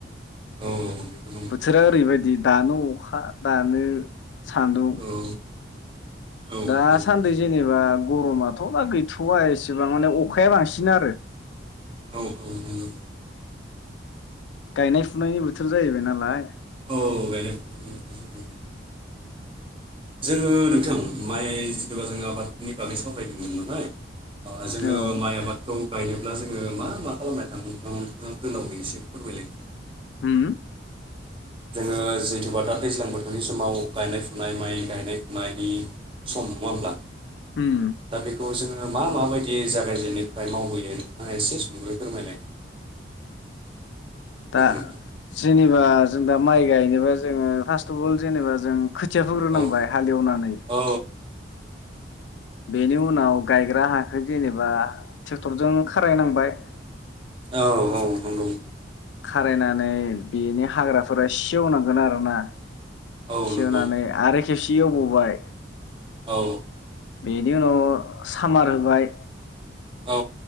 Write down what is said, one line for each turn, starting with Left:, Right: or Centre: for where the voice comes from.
Right: औ बेबो नंगौ
Left: बोथोरा
Right: नोंथां
Left: ओरैबायदि दानो अखा दानो सान्दुं।
Right: औ औ
Left: दासान्दि
Right: औ औ
Left: जेनेबा गरमाथ दा गैथवा एसेबां माने अखाया बांसिन आरो।
Right: <inaudible>
Left: गायनाय फुनायनि बोथोर जाहैबाय नालाय।
Right: औ गायनाय फुनायनि बोथोर जाबाय जोङो नोंथां माइ जथबा जों आबादनि बागै सावरायदोंमोन नालाय। जोङो
Left: औ
Right: माइ आबादखौ। गायनोब्ला जोङो मा मा खालामनाय थाङोन नोंथाङा नोंथाङा गोलावै एसे फोरमायलाय।
Left: होम।
Right: जोङो जैथुबा दा दैज्लां बोथोरनि समाव गायनाय फुनाय माइ गायनाय फुनायनि सम नङाब्ला
Left: उम
Right: दा बेखौ जोङो। मा माबायदि जागायजेननोफ्राय मावहैयो एसे सुंदयै फोरमायलाय <inaudible>
Left: दा
Right: नोंथां
Left: जेनेबा जों दा माइ गायनोबा जोङो फार्स्ट अफ अल जेनेबा जों खोथिया फोग्रोनांबाय
Right: औ
Left: हालेवनानै।
Right: औ
Left: बेनि उनाव गायग्रा हाखौ जेनेबा ट्रेक्टरजों खारायनांबाय।
Right: औ औ नंगौ।
Left: खारायनानै बेनि हाग्राफोरा सेवनांगोन आरोना।
Right: औ
Left: सेवनानै
Right: नंगौ
Left: आरो। खेबसे एवबबाय।
Right: औ औ।
Left: बेनि उनाव सामार होबाय।
Right: औ